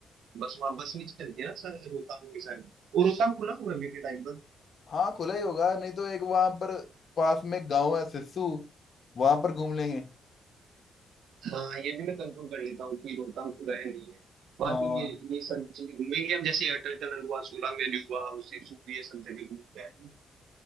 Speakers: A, on the right; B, on the left.
A: बस वहाँ बस नहीं चलती है ना सर रोहतांग के साइड वो रोहतांग खुला होगा अभी के टाइम पर
B: हाँ खुला ही होगा नहीं तो एक वहां पर पास में गाँव है सिस्सू वहां पर घूम लेंगे
A: हाँ ये भी मैं कंफर्म कर लेता हूँ कि रोहतांग खुला है नहीं है
B: हाँ
A: बाकी ये
B: हम्म
A: ये सब चीजें घूमेंगे हम जैसे अटल टनल हुआ सोलांग वैली हुआ उसे सूप ये सब जगह घूम के आएंगे